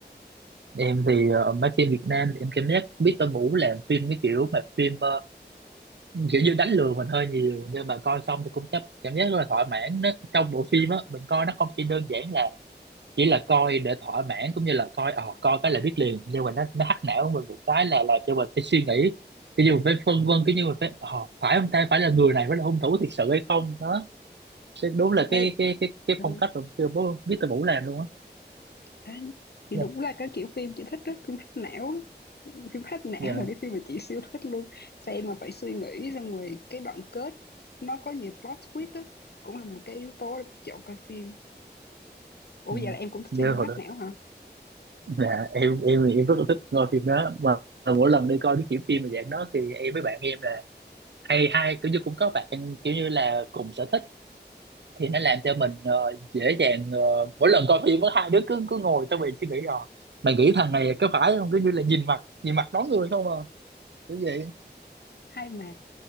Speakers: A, on the right; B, on the left.
A: em thì ờ, mấy phim Việt Nam thì em cảm giác Victor Vũ làm phim cái kiểu mà phim ờ, kiểu như đánh lừa mình hơi nhiều nhưng mà coi xong thì cũng cảm cảm giác rất là thỏa mãn nó trong bộ phim á mình coi nó không chỉ đơn giản là chỉ là coi để thỏa mãn cũng như là coi ờ coi cái là biết liền nhưng mà nó nó hack não mình một cái là làm cho mình phải suy nghĩ cái như mình phải phân vân cái như mình phải ờ phải không ta phải là người này mới là hung thủ thiệt sự hay không đó Thế đúng là cái
B: Ê,
A: cái cái cái
B: ừ.
A: phong cách mà chưa bố biết từ Vũ làm luôn á
B: Ê, thì
A: dạ
B: đúng là cái kiểu phim chị thích đó, phim hack não á. phim hack não
A: dạ
B: là cái phim mà chị siêu thích luôn xem mà phải suy nghĩ xong rồi cái đoạn kết nó có nhiều plot twist á cũng là một cái yếu tố để chọn coi phim ủa
A: ừ.
B: vậy là em cũng thích
A: như
B: xem phim
A: hồi
B: hack
A: đó
B: não hả
A: dạ em em em rất là thích coi phim đó mà mỗi lần đi coi cái kiểu phim mà dạng đó thì em với bạn em là hay hay kiểu như cũng có bạn kiểu như là cùng sở thích thì nó làm cho mình ờ, dễ dàng ờ, mỗi lần coi phim có hai đứa cứ cứ ngồi xong mình suy nghĩ ờ mày nghĩ thằng này có phải không cứ như là nhìn mặt nhìn mặt đón người không à kiểu vậy
B: hay mà